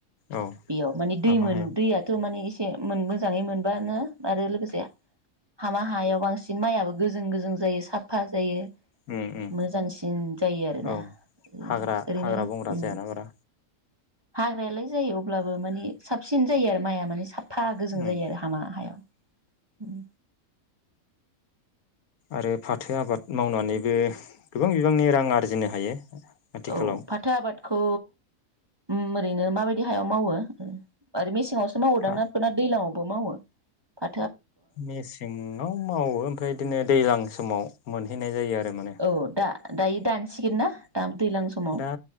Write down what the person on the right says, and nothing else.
बेयाव माने
दै मोन
दैयाथ' माने एसे मोननो मोजाङै मोनबानो आरो लोगोसे हामा हायाव बांसिन माइआ गोजों गोजों जायो साफा जायो
मोजांसिन जायो आरोना
ओरैनो
ओरैनो
उ
हाग्रायालाय जायो अब्लाबो माने साबसिन जायो आरो माइआ माने साब फा
गोजों जायो आरो हामा हायाव उम
औ फाथो आबादखौ उम ओरैनो माबायदि हायाव मावो ओह आरो मेसेङाव सो मावोदां
ना दैलांङाव बो मावो फा
औ दा दायो दानसिगोनना दा दैज्लां समाव